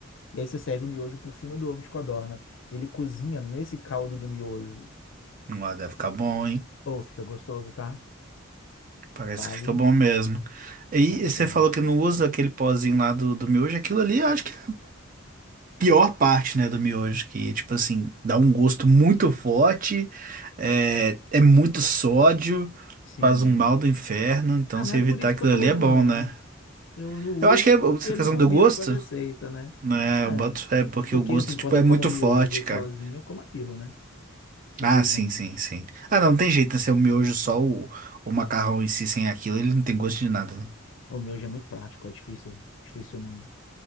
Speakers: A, on the left; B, on the right.
A: e aí você serve o miojo por cima do ovo de codorna. Ele cozinha nesse caldo do miojo.
B: Ó, deve ficar bom, hein?
A: Ou fica gostoso, tá?
B: Parece
A: Vale,
B: que fica bom mesmo. E
A: vale a
B: você
A: pena.
B: falou que não usa aquele pozinho lá do, do miojo, aquilo ali, eu acho que pior parte, né, do miojo, que, tipo assim, dá um gosto muito forte, é, é muito sódio,
A: Sim.
B: faz um mal do inferno, então
A: Ah, não
B: se
A: é
B: evitar
A: por isso
B: aquilo
A: que eu não
B: ali
A: uso,
B: é bom,
A: não, né?
B: né?
A: Eu não uso
B: Eu acho que é essa
A: porque
B: questão
A: não combina
B: do gosto,
A: com a receita, né?
B: né,
A: Ah,
B: eu boto fé, porque
A: porque
B: o gosto,
A: assim,
B: tipo,
A: quando eu
B: é
A: como
B: muito
A: miojo
B: forte,
A: sozinho,
B: cara.
A: eu como aquilo, né? Felizmente.
B: Ah, sim, sim, sim. Ah, não, não tem jeito, né, se é o miojo só o, o macarrão em si, sem aquilo, ele não tem gosto de nada, né?
A: O miojo é muito prático, é difícil, difícil não,